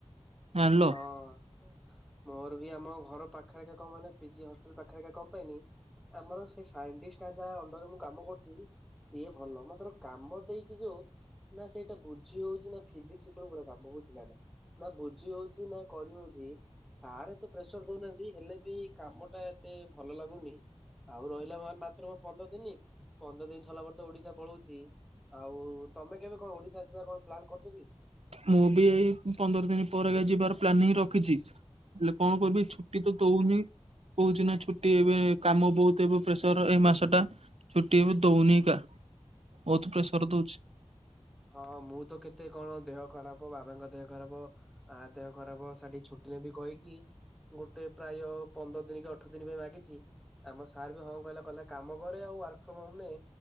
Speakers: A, on the right (about 65°); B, in the centre.
A: ଜାଣିଲ।
B: ହଁ ମୋର ବି ଆମ ଘର ପାଖ ପାଖରୋ କ ମ ପିଜି ହଷ୍ଟେଲ ପାଖରେଖା କମ ପାଇଁନି <unintelligible> ଆମର ସେ ସାଇଣ୍ଟିଷ୍ଟଟା ଯାହା ଅଣ୍ଡର ମୁଁ କାମ କରୁଛି ସିଏ ଭଲ ମୁଁ ତର କାମ ଦେଇଛି ଯୋଉ ନା ସେଇଟା ବୁଝି ହଉଛି ନା ଫିଜିକ୍ସ ଉପରେ ପୁରା କାମ ବୁଝିଲା ନା ନା ବୁଝ ବୁଝି ହଉଛି ନା କରିହଉଛି ସାର୍ ଏତେ ପ୍ରେସର ଦଉନାହାନ୍ତି ହେଲେ ବି କାମ ଟା ଏତେ ଭଲ ଲାଗୁନି ଆଉ ରହିଲା ମ ମାତ୍ର ପନ୍ଦର ଦିନ ପନ୍ଦର ଦିନ ସରିଲା ପରେ ତ ଓଡିଶା ପଳୋଉଛି। ଆଉ ତମେ କେବେ କଣ ଓଡିଶା ଆସିବା କଣ ପ୍ଲାନ୍ କରୁଛ କି?
A: ମୁଁ ବି ଏଇ ପନ୍ଦର ଦିନ ପରେ ଯିବାର ପ୍ଲାନିଂ ରଖିଛି। ହେଲେ କଣ କରିବି ଛୁଟି ତ ଦଉନି କହୁଛି ନା ଛୁଟି ଏବେ କାମ ବହୁତ ଏବେ ପ୍ରେସର ଏଇ ମାସ ଟା ଛୁଟି ଏବେ ଦଉନି କା ବହୁତ ପ୍ରେସର ଦଉଛି।
B: ହଁ ମୁଁ ତ କେତେ କଣ ଦେହ ଖରାପ, ବାବାଙ୍କ ଦେହ ଖରାପ, ଆ ଦେହ ଖରାପ, ସେଠି ଛୁଟି ନେବି କହିକି ଗୋଟେ ପ୍ରାୟ ପନ୍ଦର ଦିନ କି ଅଠର ଦିନ ପାଇଁ ମାଗିଛି ଆମ ସାର୍ ବି ହଁ କହିଲା, କହିଲା କାମ କରେ ଆଉ ୱାର୍କ ଫ୍ରମ ହୋମ ନେ,